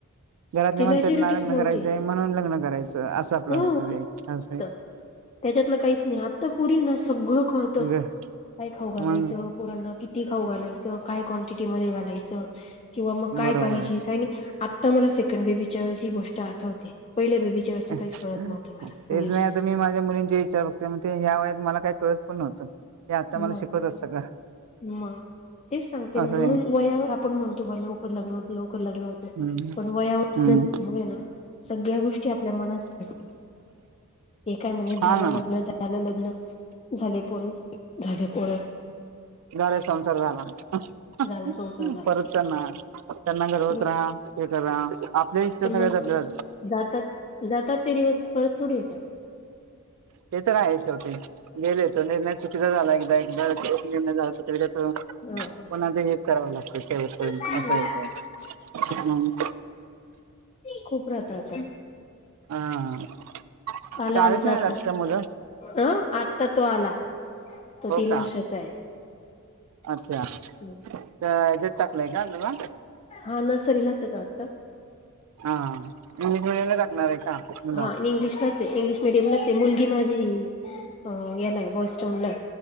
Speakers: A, on the right; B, on the left.
A: घरातले
B: ती
A: म्हणतातना.
B: मॅच्युरिटीच
A: लग्न
B: नव्हती
A: करायचंय म्हणून लग्न करायचं. असं आपलं
B: ह
A: होत असं आहे.
B: त्याच्यातलं काहीच नाही. आत्ता पोरींना ना सगळं कळतं.
A: ग
B: काय खाऊ घालायचं.
A: मग
B: पोरांना किती. ती खाऊ घालायचं. काय क्वांटिटी मध्ये घालायचं. किंवा मग काय
A: बरोबर
B: पाहिजे.
A: आहे
B: काय नाही. आता मला सेकंड बेबीच्या वेळसची गोष्ट आठवते. पहिल्या बेबीच्या
A: तेच
B: वेळेस तर काहीच कळत नव्हतं मला मुलीच्या
A: नाही आता मी माझ्या मुलींचे विचार बघते. म्हनते मला ह्या वयात काय कळत नाही ते
B: वेळेस
A: आता मला शिकवतात सगळं.
B: मग तेच सांगते. ना
A: असं
B: म्हणून
A: आहे.
B: वयावर आपण म्हणतो बर लवकर लग्न. लवकर लग्न होत
A: हम्म
B: पण वयावर
A: हम्म
B: ना. सगळ्या गोष्टी आपल्या मनातात. एका महिन्यात
A: हा
B: झालं
A: ना
B: लग्न. झालं लग्न. झाली पोर. झाली पोर.
A: घर संसार झाला. परत
B: झाला संसार झाला
A: पोर हुत्याला ना त्यांना घडवत
B: पण
A: राहा. ते करा आपल्या इच्छा
B: पण
A: सगळ्या
B: मग
A: दबल्या
B: जातात जातात ते दिवस परत थोडे येतात
A: ते तर आहेच. शेवटी गेले येतो निर्णय <unintelligible>
B: ह ह
A: असं हाय काय. हम्म.
B: खूप राहता आता
A: हा
B: आला
A: शाळेत
B: आमचा
A: नाही
B: आता.
A: जात का मुलं
B: ह आत्ता तो आला. तो
A: हो
B: तीन
A: का
B: वर्षाचा
A: अच्छा.
B: आहे
A: हेच्यात टाकलंय का तुला.
B: हा नर्सरीलाच हाय तो आता.
A: हा इंग्लिश मिडियम टाकणार आहे. का मुलं
B: हा इंग्लिशलाच इंग्लिश मिडियमलाच आहे. मुलगी माझी जी हेला हाय बॉसस्टँडला आहे.